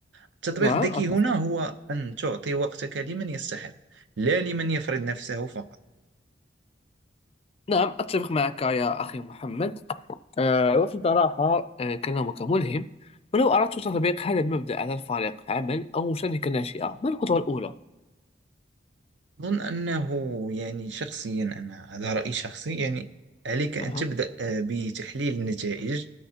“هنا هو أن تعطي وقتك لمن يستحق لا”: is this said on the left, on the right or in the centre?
Right